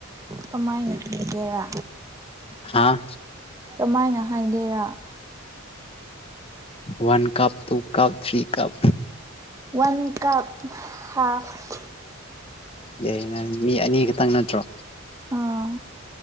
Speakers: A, on the right; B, on the left.
A: ꯀꯃꯥꯏꯅ ꯊꯤꯒꯦꯔꯥ
B: ꯍꯥꯥ
A: ꯀꯃꯥꯏꯅ ꯍꯥꯏꯒꯦꯔꯥ
B: one cup two cup three cup
A: one cup half
B: ꯌꯥꯏ ꯅꯪ ꯃꯤ ꯑꯅꯤ ꯈꯛꯇꯪ ꯅꯠꯇ꯭ꯔꯣ?
A: ꯑꯥ